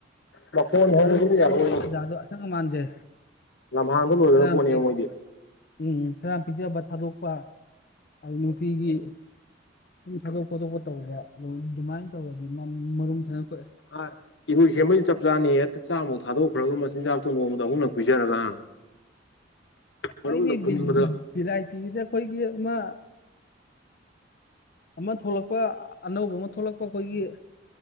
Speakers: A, on the left; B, on the left.
A: ꯃ ꯐꯣꯟ ꯍꯗ
B: ꯃꯔꯨꯝ
A: ꯍꯅꯤ
B: ꯀꯣꯛꯄꯗꯩ ꯇꯟꯖꯥꯗꯣ ꯑꯁꯪ ꯑꯃꯥꯟꯁꯦ
A: ꯂꯝꯍꯥꯡꯗ ꯂꯣꯏꯗꯕ
B: ꯈꯔ
A: ꯄꯣꯠꯅꯦꯕ
B: ꯌꯥꯝ ꯄꯤ
A: ꯃꯣꯏꯗꯤ
B: ꯎꯝ ꯈꯔ ꯄꯤꯖꯕ ꯊꯥꯗꯣꯛꯄ ꯑꯗꯨ ꯅꯨꯡꯇꯤꯒꯤ ꯁꯨꯝ ꯊꯥꯗꯣꯛ ꯈꯣꯠꯇꯣꯛꯄ ꯇꯧꯕ ꯑꯗꯨꯃꯥꯏꯅ ꯇꯧꯔꯗꯤ ꯃꯔꯨꯝ ꯊꯗ
A: ꯑ ꯏꯕ ꯍꯦꯃꯤ ꯆꯞ ꯆꯥꯅꯤ ꯑ ꯆꯥ ꯊꯥꯗꯣꯛꯈ꯭ꯔꯒ ꯃꯆꯤꯟꯖꯥꯛꯇꯣ ꯅꯣꯡꯃꯗ ꯑꯍꯨꯝꯂꯛ ꯄꯤꯖꯔꯒ ꯃꯔꯨꯝꯗ
B: ꯑꯩꯗꯤ
A: ꯈꯨꯟꯕꯗ
B: ꯚꯦꯔꯥꯏꯇꯤꯒꯤꯗꯤ ꯑꯩꯈꯣꯏꯒꯤ ꯑꯃ ꯑꯃ ꯊꯣꯛꯂꯛꯄ ꯑꯅꯧꯕ ꯑꯃ ꯊꯣꯛꯂꯛꯄ ꯑꯩꯈꯣꯏꯒꯤ